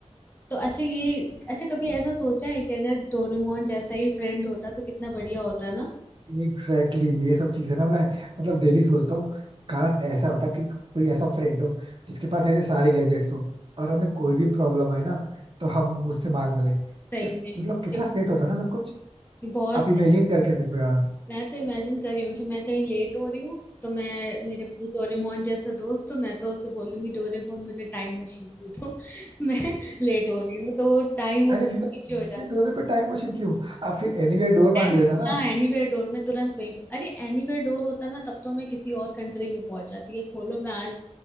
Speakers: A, on the left; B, on the right.
A: तो अच्छा ये अच्छा कभी ऐसा सोचा है कि अगर डोरेमोन जैसा ही फ्रेंड होता तो कितना बढ़िया होता ना
B: एग्जैक्टली exactly, ये सब चीजें ना मैं मतलब डेली सोचता हूँ काश ऐसा होता कि कोई ऐसा फ्रेंड हो जिसके पास ऐसे सारे गैजेट्स हो और हमें कोई भी प्रॉब्लम आए ना तो हम उससे मांग लें
A: सही
B: फिर
A: में
B: मतलब कितना
A: कि
B: सेट होता ना सब कुछ
A: बहुत
B: आप इमेजिन करके देखो यार
A: मैं तो इमेजिन कर रही हूँ कि मैं कहीं लेट हो रही हूँ तो मैं मेरे पास डोरेमोन जैसा दोस्त तो मैं तो उससे बोलूंगी डोरेमोन मुझे टाइम मशीन दे दो <laughs> मैं लेट हो रही हूँ तो वो टाइम वो
B: अरे
A: पीछे
B: सीधा
A: हो जाता
B: लेट होने पे टाइम मशीन क्यों आप फिर एनीवेयर डोर मांग
A: है एनी
B: लेना ना
A: हाँ एनीवेयर डोर में तुरंत वहीं पे- अरे एनीवेयर डोर होता ना तब तो मैं किसी और कंट्री में पहुंच जाती कि खोलो मैं आज